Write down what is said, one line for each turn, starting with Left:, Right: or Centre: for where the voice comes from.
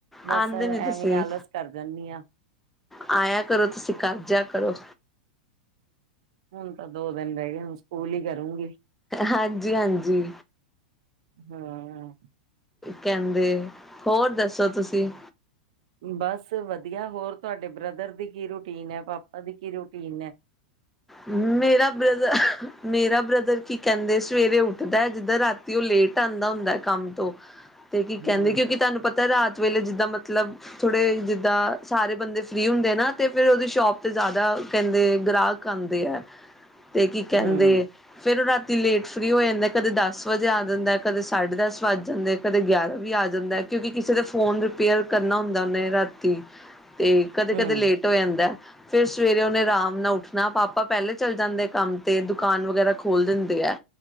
Right: ਬਸ
Centre: ਆਂਦੇ
Right: ਐਵੇਂ
Centre: ਨੀ ਤੁਸੀਂ
Right: ਆਲਸ ਕਰ ਜਾਂਨੀ ਆ।
Centre: ਆਇਆ ਕਰੋ ਤੁਸੀਂ ਕਰਜਿਆ ਕਰੋ।
Right: ਹੁਣ ਤਾਂ ਦੋ ਦਿਨ ਰੈਗੇ ਹੁਣ ਸਕੂਲ ਈ ਕਰੂੰਗੀ।
Centre: ਹਾਂਜੀ-ਹਾਂਜੀ
Right: ਹਾਂ।
Centre: ਕੈਂਦੇ, ਹੋਰ ਦੱਸੋ ਤੁਸੀਂ?
Right: ਬਸ ਵਧੀਆ, ਹੋਰ ਤੁਹਾਡੇ ਬ੍ਰਦਰ ਦੀ ਕੀ ਰੂਟੀਨ ਐ ਪਾਪਾ ਦੀ ਕੀ ਰੂਟੀਨ ਐ?
Centre: ਮੇਰਾ ਬ੍ਰਦਰ ਮੇਰਾ ਬ੍ਰਦਰ ਕੀ ਕੈਂਦੇ ਸਵੇਰੇ ਉੱਠਦੈ ਜਿੱਦਾਂ ਰਾ ਤੀ ਓ ਲੇਟ ਆਂਦਾ ਹੁੰਦੈ ਕੰਮ ਤੋਂ ਤੇ ਕੀ
Right: ਹਮ
Centre: ਕੈਂਦੇ ਕਿਉਂਕਿ ਤੁਹਾਨੂੰ ਪ ਤਾਂ ਰਾਤ ਵੇਲੇ ਜਿੱਦਾਂ ਮਤਲਬ ਥੋੜ੍ਹੇ ਜਿੱਦਾਂ ਸਾਰੇ ਬੰਦੇ ਫ੍ਰੀ ਹੁੰਦੇ ਆ ਨਾ ਤੇ ਫਿਰ ਓਦੀ ਸ਼ੋਪ ਤੇ ਜਾਦਾ ਕੈਂਦੇ ਗ੍ਰਾ <unintelligible> ਕੀ ਕੈਂਦੇ
Right: ਹਮ
Centre: ਫੇਰ ਓ ਰਾਤੀ ਲੇਟ ਫ੍ਰੀ ਹੋ ਜਾਂਦਾ ਕਦੇ ਦਸ ਵਜੇ ਆ ਜਾਂਦਾ ਕਦੇ ਸਾਢੇ ਦਸ ਵੱਜ ਜਾਂਦੇ। ਕਦੇ ਗਿਆਰਾਂ ਵੀ ਆ ਜਾਂਦੈ ਕਿਉਂਕਿ ਕਿਸੇ ਦੇ ਫੋਨ ਪੇਅਰ ਕਰਨਾ ਹੁੰਦਾ ਓਨੇ ਰਾਤੀ ਤੇ ਕਦੇ-ਕਦੇ
Right: ਹਮ
Centre: ਲੇ ਟ ਹੋ ਜਾਂਦੈ ਫੇਰ ਸਵੇਰੇ ਓਨੇ ਅਰਾਮ ਨਾਲ ਉੱਠ ਨਾ ਪਾਪਾ ਪੈਲੇ ਚੱਲ ਜਾਂਦੇ ਕੰਮ ਤੇ ਦੁਕਾਨ ਵਗੈਰਾ ਖੋਲ ਦਿੰਦੇ ਐ।